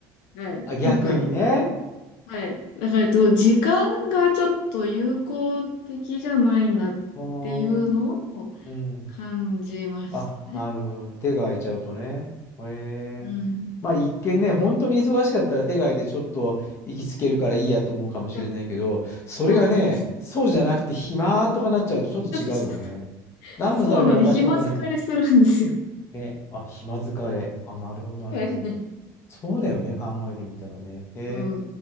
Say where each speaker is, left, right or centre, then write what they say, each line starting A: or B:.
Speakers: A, on the left; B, on the left.
A: はい。
B: あ、逆にね。
A: なんか、はい。だから、えっと時間がちょっと有効的じゃないなっていうのを
B: あーうん。
A: 感じましたね。
B: あ、なるほどね。手が空いちゃうとね。へえ。
A: うん。
B: まあ一見ね、本当に忙しかったら手が空いてちょっと息つけるからいいやと思うかもしれないけど、
A: いや、
B: それがね、
A: そうですね。
B: そうじゃなくて暇とかなっちゃうとちょっと違うよね。
A: <laughs>
B: 何のために私ここにいる
A: そうなんで、暇疲れするんですよ。
B: ね。あ、暇疲れ。あ、なるほど、なるほど。
A: はい <laughs>
B: そうだよね、考えてみたらね。へ
A: うん。